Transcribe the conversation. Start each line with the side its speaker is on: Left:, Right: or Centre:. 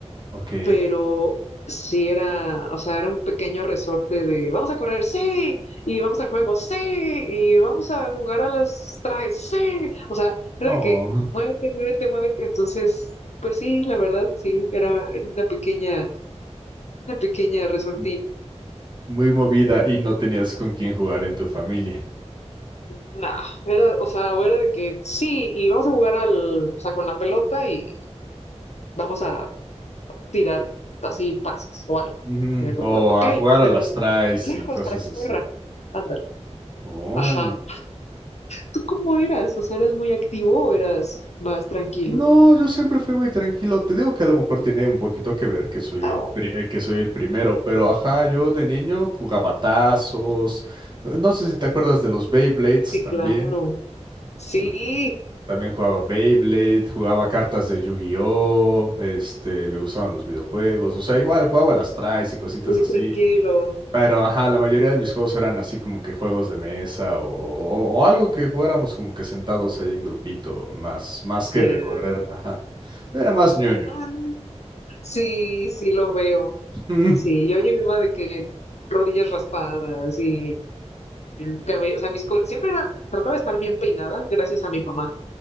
Right: Ok.
Left: pero sí era, o sea, era un pequeño resorte de vamos a correr, sí, y vamos al juego, sí, y vamos a jugar a las trajes, sí, o sea, era
Right: Oh.
Left: de que muévete, muévete, muévete, entonces, pues sí, la verdad, sí, era era una pequeña, una pequeña resortilla.
Right: M- Muy movida y no tenías con quién jugar en tu familia.
Left: Nah, era, o sea, o era de que sí, y vamos a jugar al, o sea, con la pelota y vamos a tirar así pases o algo.
Right: Ujú.
Left: Y era como,
Right: O
Left: ok,
Right: a jugar
Left: pero
Right: a las traes
Left: lejos
Right: y cosas
Left: para que
Right: así.
Left: corra. Anda.
Right: Oh.
Left: Ajá. ¿Tú cómo eras? O sea, ¿eras muy activo o eras más tranquilo?
Right: No, yo siempre fui muy tranquilo. Te digo que a lo mejor tiene un poquito que ver que soy
Left: Oh,
Right: el pri- eh, que soy el primero, pero ajá, yo de niño jugaba tazos. eh, No sé si te acuerdas de los Beyblades
Left: sí,
Right: también.
Left: claro. Sí,
Right: Lo- También jugaba Beyblade, jugaba cartas de Yu-Gi-Oh, este, me gustaban los videojuegos, o sea, igual jugaba las tries y cositas
Left: muy
Right: así.
Left: tranquilo.
Right: Pero, ajá, la mayoría de mis juegos eran así como que juegos de mesa o, o- o algo que jugáramos como que sentados ahí en grupito, más, más que
Left: Ya.
Right: de correr, ajá. Yo era más ñoño.
Left: Ah, Sí, sí lo veo.
Right: <laughs>
Left: Sí, yo llegaba de que rodillas raspadas y el cabello, o sea, mis co- siempre era, trataba de estar bien peinada gracias a mi mamá,